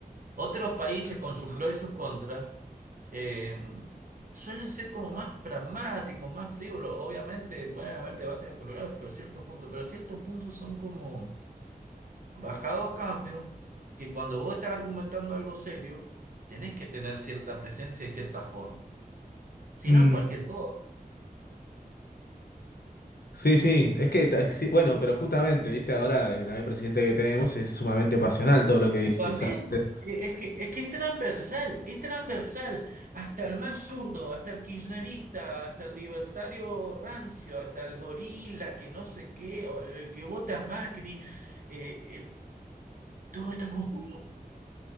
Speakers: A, on the right; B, on the left.
A: otros países con sus pros y sus contras. eh, Suelen ser como más pragmáticos, más frívolos. Obviamente pueden haber debates acolorados, pero a cierto punto. Pero a cierto punto son como Bajado cambios que cuando vos estás argumentando algo serio, tenés que tener cierta presencia y cierta forma. Si
B: Mm.
A: no es cualquier cosa.
B: Sí, sí, es que, ta- sí, bueno, pero justamente, viste, ahora eh, también el presidente que tenemos es sumamente pasional todo lo que dice.
A: También
B: y solamente-
A: eh, es que, es que es transversal, es transversal. Hasta el más zurdo, hasta el kirchnerista, hasta el libertario rancio, hasta el gorila, que no sé qué, o el que vota a Macri, eh, el- todos están como...